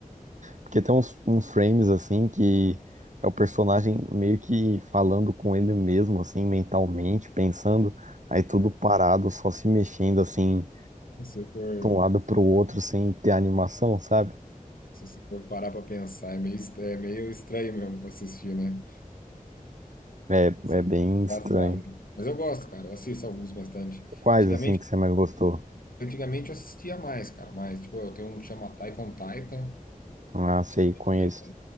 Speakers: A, on the right (about 55°); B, on the left (about 75°).
A: Porque tem uns, uns frames assim que é o personagem meio que falando com ele mesmo, assim, mentalmente, pensando, aí tudo parado, só se mexendo assim,
B: Se você for,
A: de um lado pro outro, sem ter animação, sabe?
B: se você for parar pra pensar, é meio, est- é meio estranho mesmo pra assistir, né?
A: É,
B: Isso
A: é
B: é
A: bem
B: Engraçado.
A: estranho.
B: Mas eu gosto, cara. Eu assisto alguns bastante.
A: Quais
B: Antigamente,
A: assim que você mais gostou?
B: antigamente eu assistia mais, cara. Mas, tipo, eu tenho um que chama Attack on Titan.
A: Ah, sei, conheço.
B: É,